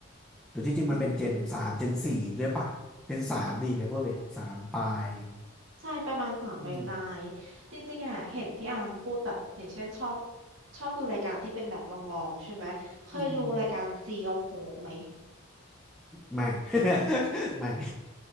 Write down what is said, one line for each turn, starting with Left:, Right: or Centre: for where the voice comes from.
Centre: หรือที่จริงมันเป็นเจนสามเจนสี่ด้วยป่ะเจนสามดิเลเวอร์เบสสามปลาย
Right: อืมใช่ประมาณสามปลายปลาย
Centre: อืม
Right: จริงๆอ่ะเห็นพี่อาร์มพูดแบบอย่างเช่นชอบชอบดูรายการที่เป็นแบบลองๆใช่ไหมเคยดูรายการ
Centre: อืม
Right: Sea of Hope ไหม
Centre: ไม่ <laughs> ไม่